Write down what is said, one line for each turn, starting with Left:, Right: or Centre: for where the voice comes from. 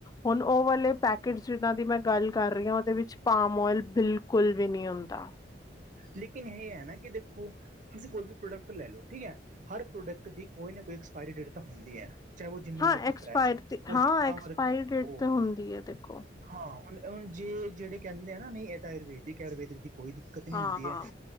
Left: ਹੁਣ ਉਹ ਵਾਲੇ ਪੈਕਟਸ ਜਿਨਾਂ ਦੀ ਮੈਂ ਗੱਲ ਕਰ ਰਹੀ ਹਾਂ ਉਹਦੇ ਵਿੱਚ ਪਾਮ ਓਇਲ ਬਿਲਕੁਲ ਵੀ ਨਹੀਂ ਹੁੰਦਾ
Right: ਲੇਕਿਨ ਇਹ ਆ ਨਾ ਕਿ ਦੇਖੋ ਤੁਸੀਂ ਕੋਈ ਵੀ ਪ੍ਰੋਡਕਟ ਲੈ ਲਓ ਠੀਕ ਹੈ ਹਰ ਪ੍ਰੋਡਕਟ ਦੀ ਕੋਈ ਨਾ ਕੋਈ ਐਕਸਪਾਇਰੀ ਡੇਟ ਤਾਂ ਹੁੰਦੀ ਹੈ ਚਾਹੇ ਉਹ ਜਿੰਨਾ
Left: ਹਾਂ
Right: ਮਰਜ਼ੀ
Left: ਐਕਸਪਾਇਰ
Right: ਫਰੈਸ਼
Left: ਤੇ
Right: ਉਹ
Left: ਹਾਂ
Right: ਜਿੰਨਾ
Left: ਐਕਸਪਾਇਰੀ
Right: ਮਰਜੀ
Left: ਡੇਟ
Right: ਹੋ
Left: ਤੇ ਹੁੰਦੀ ਹੈ ਦੇਖੋ
Right: ਹਾਂ ਹੁਣ ਜੇ ਜਿਹੜੇ ਕਹਿੰਦੇ ਆ ਨਾ ਨਹੀਂ ਇਹ ਤਾਂ ਆਯੁਰਦਿਕ ਆਯੁਰਵੈਦਿਕ ਦੀ ਕੋਈ ਦਿੱਕਤ ਨਹੀਂ ਹੁੰਦੀ
Left: ਹਾਂ ਹਾਂ
Right: ਹੈ